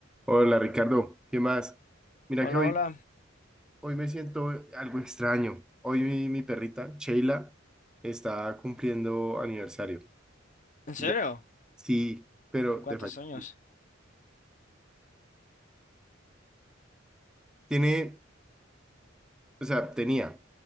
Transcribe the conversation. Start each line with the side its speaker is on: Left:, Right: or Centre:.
Centre: Hola Ricardo, ¿qué más? Mira
Left: Hola,
Centre: que hoy,
Left: hola.
Centre: hoy me siento algo extraño. Hoy mi, mi perrita, Sheila, está cumpliendo aniversario.
Left: ¿En serio?
Centre: De, sí, pero de
Left: ¿Cuántos
Centre: fallecimiento.
Left: años?
Centre: Tiene, o sea, tenía